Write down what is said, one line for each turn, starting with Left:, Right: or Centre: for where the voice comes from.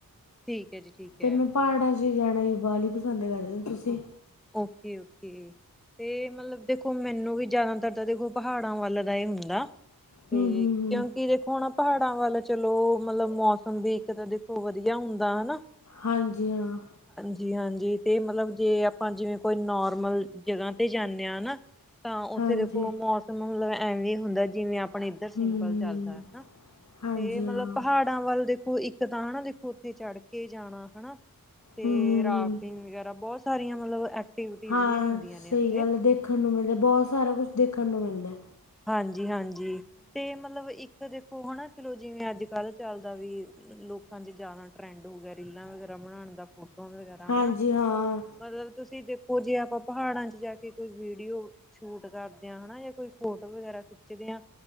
Centre: ਠੀਕ। ਹੈ ਜੀ ਠੀਕ
Left: ਤੇ
Centre: ਹੈ।
Left: ਮੈਂ ਪਹਾੜਾਂ ਚ ਜਾਣਾ ਹੀ ਬਾਹਲੀ ਪਸੰਦ ਕਰਦੀ ਹਾ। ਤੁਸੀਂ?
Centre: ਓਕੇ-ਓਕੇ ਤੇ ਮਤਲਬ ਦੇਖੋ ਮੈਨੂੰ ਵੀ ਜਿਆਦਾਤਰ ਤਾਂ ਦੇਖੋ ਪਹਾੜਾਂ ਵੱਲ ਦਾ ਹੀ ਹੁੰਦਾ ਤੇ
Left: ਹੂੰ ਹੂੰ ਹੂੰ
Centre: ਕਿਉਂਕਿ ਦੇਖੋ ਹੁਣ ਪਹਾੜਾਂ ਵੱਲ ਚਲੋ ਮਤਲਬ ਮੌਸਮ ਵੀ ਇੱਕ ਤਾਂ ਦੇਖੋ ਵਦੀਆ ਹੁੰਦਾ ਹੈ ਨਾ?
Left: ਹਾਂਜੀ ਹਾਂ।
Centre: ਜੀ ਹਾਂਜੀ ਤੇ ਮਤਲਬ ਜੇ ਆਪਾਂ ਜਿਵੇਂ ਕੋਈ ਨੋਰਮਲ ਜਗ੍ਹਾ ਤੇ ਜਾਂਨੇ ਆ ਨਾ ਆ ਉੱਥੇ
Left: ਹਾਂਜੀ
Centre: ਦੇਖੋ ਮੌਸਮ ਮਤਲਬ ਐਵੇਂ ਹੁੰਦਾ ਜਿਵੇਂ ਆ ਆਪਣੇ ਇੱਧਰ ਸਿੰਪਲ
Left: ਹੂੰ ਹੂੰ
Centre: ਚੱਲਦਾ ਹਨਾ
Left: ਹਾਂਜੀ
Centre: ਤੇ ਮਤਲਬ
Left: ਹਾਂ
Centre: ਪਹਾੜਾਂ ਵੱਲ ਦੇੋ ਇੱਕ ਤਾਂ ਹੈ ਨਾ? ਦੇਖੋ ਉੱਥੇ ਚੜ੍ਹ ਕੇ ਜਾਣਾ ਹੇ ਨਾ? ਤੇ,
Left: ਹੂੰ ਹੂੰ
Centre: ਰਾਫਟਿੰਗ
Left: ਹੂੰ
Centre: ਵਗੈਰਾ ਬਹੁਤ ਸਾਰੀਆਂ ਮਤਲਬ ਐਕਟੀਵਿਟੀਜ਼
Left: ਹਾਂ।
Centre: ਵੀ ਹੁੰਦੀਆਂ
Left: ਸਹੀ
Centre: ਨੇ ਉੱਥੇ।
Left: ਗੱਲ ਹੈ ਦੇਖਣ ਨੂੰ ਮਿਲਦਾ, ਬਹੁਤ ਸਾਰਾ ਕੁਛ ਦੇਖਣ ਨੂੰ ਮਿਲਦਾ।
Centre: ਹਾਂਜੀ -ਹਾਂਜੀ, ਤੇ ਮਤਲਬ ਇੱਕ। ਦੇਖੋ ਹੈ ਨਾ? ਚਲੋ ਜਿਵੇਂ ਅੱਜ ਕੱਲ੍ਹ ਚੱਲਦਾ ਵੀ, ਲੋਕਾਂ ਚ ਜਿਆਦਾ ਟਰੈਂਡ ਹੋ ਗਿਆ ਰੀਲਾਂ ਵਗੈਰਾ ਬਣਾਉਣ ਦਾ ਫੋਟੋ ਵਗੈਰਾ
Left: ਹਾਂਜੀ
Centre: ਹੈ ਨਾ?
Left: ਹਾਂ
Centre: ਮਤਲਬ ਤੁਸੀਂ ਦੇਖੋ ਉਹ ਜੇ ਆਪਾਂ ਪਹਾੜਾਂ ਚ ਜਾ ਕੇ ਕੋਈ ਵੀਡੀਓ ਸ਼ੂਟ ਕਰਦੇ ਹਾਂ ਹੈ ਨਾ? ਜਾਂ ਕੋਈ ਫੋਟੋ ਵਗੈਰਾ ਖਿੱਚਦੇ ਆ